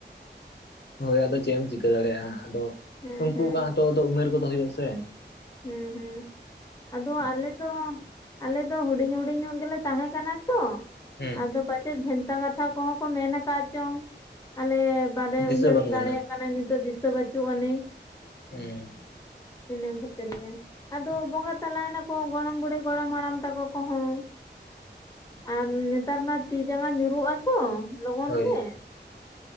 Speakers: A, on the left; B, on the left.
A: ᱦᱳᱭ ᱟᱫᱚ ᱪᱮᱫ ᱮᱢ ᱪᱤᱠᱟᱹ ᱫᱟᱲᱮᱜᱼᱟ ᱟᱫᱚ
B: ᱦᱮᱸ
A: ᱩᱱᱠᱩ
B: ᱦᱮᱸ
A: ᱠᱚᱣᱟᱜ ᱦᱚᱸᱛᱚ ᱟᱫᱚ ᱩᱢᱮᱨ ᱠᱚᱫᱚ ᱦᱩᱭᱩᱜ ᱟᱥᱮ ᱾
B: ᱦᱮᱸ ᱦᱩᱸ ᱾ ᱟᱫᱚ ᱟᱞᱮ ᱫᱚ ᱟᱞᱮ ᱫᱚ ᱦᱩᱰᱤᱧ ᱦᱩᱰᱤᱧ ᱧᱚᱜ ᱜᱮᱞᱮ ᱛᱟᱦᱮᱸ ᱠᱟᱱᱟ ᱛᱚ ᱾
A: ᱦᱩᱸ
B: ᱟᱫᱚ ᱯᱟᱪᱮᱫ ᱵᱷᱮᱱᱛᱟ ᱠᱟᱛᱷᱟ ᱠᱚᱦᱚᱸ ᱠᱚ ᱢᱮᱱ ᱟᱠᱟᱫ ᱪᱚᱝ ᱟᱞᱮ ᱵᱟᱞᱮ
A: ᱫᱤᱥᱟᱹ
B: ᱩᱭᱦᱟᱹᱨ
A: ᱵᱟᱹᱱᱩᱜ
B: ᱫᱟᱲᱮᱭᱟᱜ
A: ᱟᱱᱟ
B: ᱠᱟᱱᱟ ᱱᱤᱛᱚᱜ ᱫᱤᱥᱟᱹ ᱵᱟᱹᱪᱩᱜ ᱟᱹᱱᱤᱡ ᱾
A: ᱦᱩᱸ ᱾
B: ᱤᱱᱟᱹ ᱠᱷᱟᱹ ᱛᱤᱨ ᱜᱮ ᱟᱫᱚ ᱵᱚᱸᱜᱟ ᱛᱟᱞᱟᱭᱮᱱᱟ ᱠᱚ ᱜᱚᱲᱚᱢ ᱵᱩᱲᱦᱤ ᱜᱚᱲᱚᱢ ᱦᱟᱲᱟᱢ ᱛᱟᱠᱚ ᱠᱚᱦᱚᱸ᱾ ᱟᱨ ᱱᱮᱛᱟᱨ ᱢᱟ ᱛᱤ ᱡᱟᱸᱜᱟ ᱧᱩᱸᱨᱩᱜᱼᱟ ᱛᱚ ᱞᱚᱜᱚᱱ
A: ᱦᱳᱭ
B: ᱜᱮ ᱾